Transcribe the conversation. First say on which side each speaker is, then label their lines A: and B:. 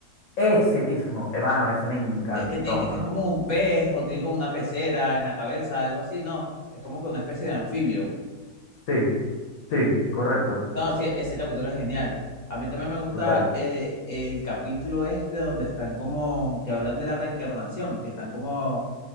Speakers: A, on the left; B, on the left.
A: Ese mismo, hermano, ese me encantó,
B: Que, que, tiene,
A: man.
B: que es como un pez o tiene como una pecera en la cabeza, algo así, ¿no? Es como que una especie de anfibio.
A: Sí, sí, correcto,
B: No, sí, ese capítulo es genial. A mí también me gusta
A: brutal.
B: eh, el capítulo este donde están como, que hablan de la reencarnación, que están como